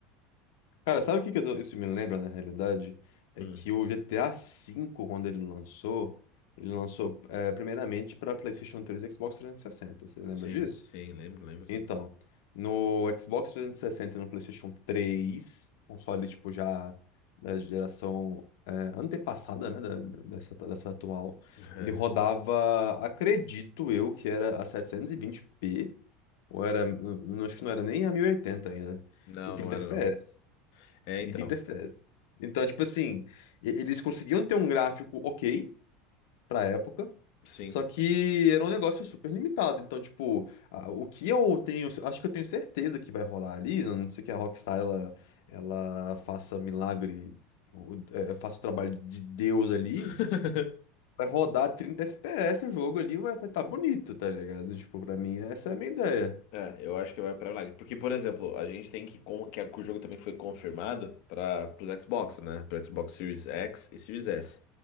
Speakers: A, on the left (about 75°); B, on the left (about 55°).
A: Cara, sabe o que que eu tô- isso me lembra na realidade? É
B: Hum,
A: que o GTA V, quando ele lançou, ele lançou eh, primeiramente para PlayStation 3 e Xbox 360. Você lembra
B: sim,
A: disso?
B: sim, lembro, lembro, sim.
A: Então, no Xbox trezentos e sessenta e no PlayStation 3 console tipo já da geração eh, antepassada, né, da- da- dessa, dessa atual,
B: <laughs>
A: ele rodava, acredito eu, que era a setecentos e vinte p ou era, não, acho que não era nem a 1080 ainda,
B: Não,
A: e 30
B: não era
A: FPS.
B: não. É,
A: E
B: então,
A: 30 FPS. Então, tipo assim, e- eles conseguiam ter um gráfico ok pra época,
B: sim.
A: só que era um negócio super limitado. Então, tipo, a- o que eu tenho, acho que eu tenho certeza que vai rolar ali, a não ser que a Rockstar ela, ela faça milagre, o- é, faça o trabalho de Deus ali,
B: <laughs>
A: vai rodar 30 FPS o jogo ali, vai estar bonito, tá ligado? Tipo, pra mim, essa é a minha ideia.
B: É, eu acho que vai pra milagre. Porque, por exemplo, a gente tem que. con- Que, o jogo também foi confirmado para os Xbox, né? Para Xbox Series X e Series S.